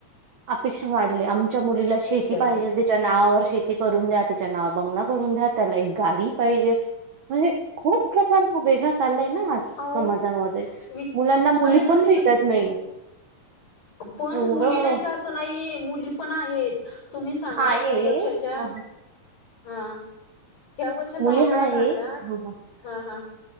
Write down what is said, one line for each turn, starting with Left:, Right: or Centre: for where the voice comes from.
Right: अपेक्षा वाढल्या
Left: खूप
Right: आमच्या मुलीला शेती
Left: खूप जास्त
Right: पाहिजे त्याच्या नावर शेत त करून द्या तिच्या नावव बंगला करून द्या त्याला एक गाडी पाहिजे म्हणजे खूप प्रकार. खूप वेगंला चालय.
Left: अहो
Right: समाजामध्ये
Left: वि
Right: मुलांना
Left: समाजामध्ये
Right: मुली पण
Left: म्हणजे
Right: भेटत नाही.
Left: पण
Right: एवढं
Left: मुली नाहीत असं नाहीये मुली पण आहेत. तुम्ही सांगा
Right: आहे
Left: ह्या वर्षाच्या
Right: हा, हा.
Left: हा ह्या वर्षाचा
Right: मुली
Left: आकडा
Right: हा आहे
Left: काढला
Right: बोला
Left: हा हा